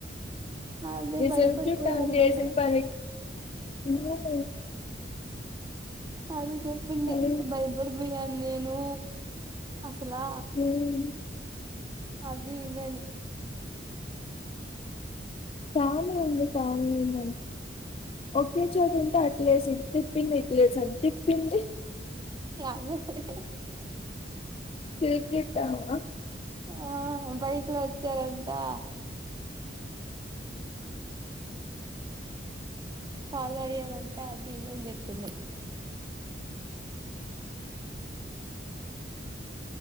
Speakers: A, on the right; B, on the left.
A: అదే
B: ఈస
A: భయపడిపోయాను
B: చూట్ట ఉ
A: నేను
B: ఏసలు పని మ
A: తజ చెప్పింది
B: హ్మ్.
A: భయపడిపోయాను నేను అసలా
B: హ్మ్.
A: అది ఇదని
B: తాము ఉంది తాము ఉందిం ఒకే చోటు ఉంటే అట్లేసి ఇట్ తిప్పింది ఇట్ లేసి అది తిప్పింది
A: అ దు హు హు
B: కేకేట్టవా
A: ఆ బైక్ లో వచ్చారంతా ఫాలో అయ్యారంట అది ఇదని చెప్పింది